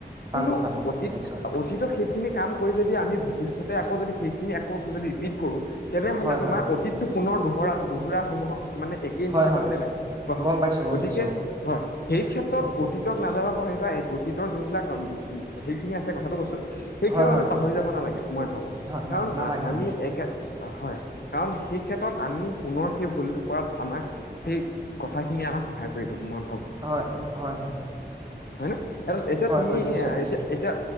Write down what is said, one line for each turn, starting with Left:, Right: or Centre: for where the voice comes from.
Right: পালো
Left: কিন্তু
Right: পালো
Left: অতীত
Right: নিশ্চয়
Left: অতীত শেষ। সেইখিনি কাম কৰি যদি আমি ভৱিষ্যতে আকৌ যদি সেইখিনি আকৌ যদি ৰিপিট কৰোঁ। তেনেহলে
Right: হয়
Left: তোমাৰ
Right: হয়
Left: অতীতটো পুনৰ দোহৰা দোহোৰা হব। মানে একেই নিচিনা
Right: হয় হয়
Left: হ'বনে নাই কোৱাখন
Right: গম পাইছো গম
Left: গতিকে
Right: পাইছো
Left: হয় সেই ক্ষেত্ৰত
Right: অ অ
Left: অতী। নাযাব পাৰ বা এই অতীতৰ যোনবিলাক সেইখিনি আছে কথাটো কৈছোঁ। সেই
Right: হয়
Left: ক্ষণও
Right: হয়
Left: আমি পাহৰি যাব নালাগে মই ভাবোঁ
Right: হয় ন
Left: কাৰণ
Right: নালাগে
Left: আমি
Right: নালাগে
Left: একে হয় কাৰণ সেই ক্ষেত্ৰত আমি পুনৰ সেই ভুলটো কৰাত আমাক সেই কথাখিনি আমাক সহায় কৰিব মই
Right: হয় হয় হয়।
Left: হয় ন এ এতিয়া
Right: হয়
Left: তুমি
Right: হয় নিশ্চয় নিশ্চয়
Left: এতিয়া এতিয়া